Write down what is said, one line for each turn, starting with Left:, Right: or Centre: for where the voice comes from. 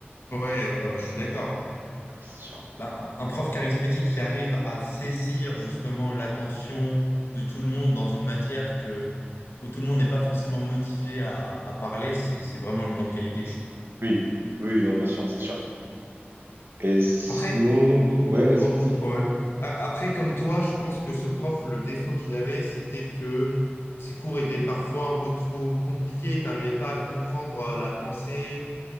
Left: Ouais, ah, bah, je suis d'accord.
Right: ah, C'est sûr.
Left: Bah, un un prof charismatique qui arrive à saisir justement l'attention de tout le monde dans une matière que, où tout le monde n'est pas forcément motivé à, à parler, c'est, c'est vraiment une grande qualité, je trouve.
Right: Oui, oui, oui, non, bien sûr, c'est sûr. Et sinon,
Left: Après,
Right: ouais, vas-y,
Left: Oh,
Right: vas-y.
Left: ouais. A- Après, comme toi, je pense que ce prof, le défaut qu'il avait, c'était que ses cours étaient parfois un peu trop compliqués. T'arrivais pas à comprendre euh, la pensée.